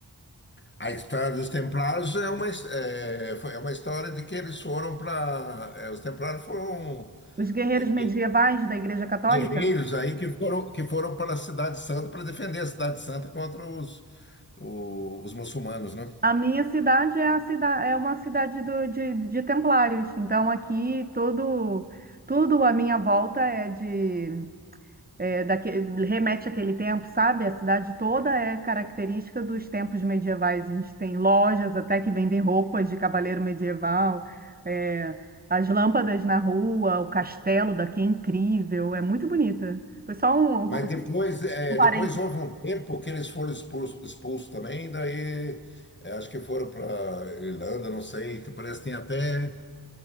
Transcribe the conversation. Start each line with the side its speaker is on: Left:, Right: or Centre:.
Left: A história dos Templários é uma, his- é, foi- é uma história de que eles foram para. os Templários foram
Right: os guerreiros
Left: é, gue-
Right: medievais da Igreja Católica?
Left: guerreiros aí que foram, que foram para a Cidade Santa para defender a Cidade Santa contra os, o- os muçulmanos, né?
Right: A minha cidade é, a cida, é uma cidade do- de, de templários, então aqui todo, tudo à minha volta é de é daque- remete àquele tempo, sabe? A cidade toda é característica dos tempos medievais. A gente tem lojas até que vendem roupas de cavaleiro medieval, é, as lâmpadas na rua, o castelo daqui é incrível, é muito bonita. Foi só um,
Left: Mas
Right: um
Left: depois, é,
Right: um parênteses.
Left: depois houve um tempo que eles foram expulsos, expulsos também, daí é, acho que foram para Irlanda, não sei, que parece que tem até